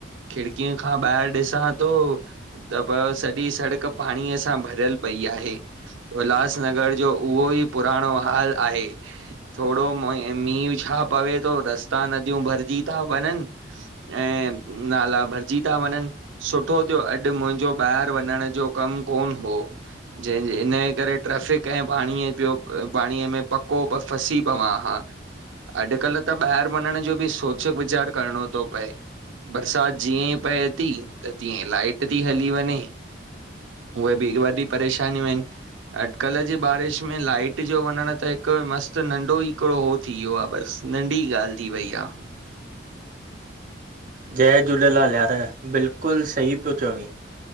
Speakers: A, on the right; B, on the right.
A: खिड़कीअ खां ॿाहिर ॾिसां थो त पो सॼी सड़क पाणीअ सां भरियल पई आहे उल्हासनगर जो उहो ई पुराणो हाल आहे थोरो म मींह छा पवे थो रस्ता नदियूं भरजी था वञन ऐं नाला भरजी था वञन सु सुठो थियो अॼु मुंहिंजो ॿाहिर वञण जो कम कोन हो ज हिन जे करे ट्रेफिक ऐं पाणीअ जो पाणीअ में पक कोप फंसी पवां हा अॼकल त ॿाहर वञण जो बि सोच विचार करिणो थो पए बरसात जीअं ई पए थी त तीअं लाइट थी हली वञे उहे बि ही वदी परेशानियूं आहिन अॼकल जी बारिश में लाइट जो वञण त हिक हिक मस्त नंढो ई हिकड़ो हो थी वियो आहे बस नंढी ॻाल थी वई आ
B: जय झूलेलाल यार, बिल्कुल सही पियो चवीं